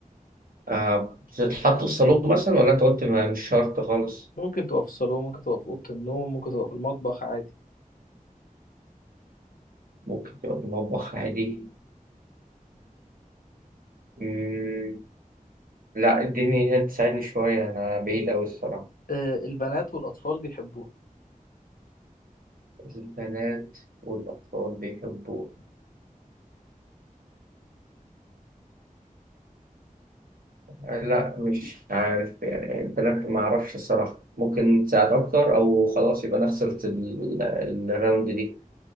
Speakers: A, on the right (about 80°); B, on the left (about 80°).
A: آه بتتحط في الصالون مثلا ولا أنت قلت ما مش شرط خالص
B: ممكن تبقى في الصالون ممكن تبقى في اوضه النوم ممكن تبقى في المطبخ عادي
A: ممكن تبقى في المطبخ عادي مم. لا اديني هنت ساعدني شوية أنا بعيد أوي الصراحة
B: آه البنات والاطفال بيحبوها
A: البنات والأطفال بيحبوه آه، لا مش عارف يعني البنات ما أعرفش الصراحة ممكن تساعد أكتر أو خلاص يبقى أنا خسرت ال- ال- الراوند دي